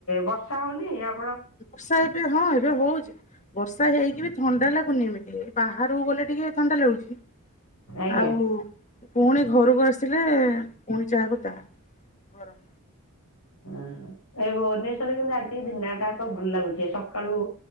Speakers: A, on the left; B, on the left.
A: ବର୍ଷା ହେଉନି ଆଉ।
B: ବର୍ଷା ଏବେ ହଉନି ଏବେ ହଉଛି। ବର୍ଷା ହେଇକି ବି ଥଣ୍ଡା ଲାଗୁନି ଏମିତି ବାହାରକୁ ଗୋଲେ ଟିକେ ଥଣ୍ଡା ଲାଗୁଛି।
A: ଆଜ୍ଞା
B: ଆଉ ପୁଣି ଘରକୁ ଆସିଲେ ପୁଣି ଯାହାକୁ ତାହା ଗରମ।
A: ହଁ ଏ ଭୁବନେଶ୍ଵରରେ କିନ୍ତୁ ଆଜି ଦିନ ଟା ଯାକ ଭଲ ଲାଗୁଛି। ସକାଳୁ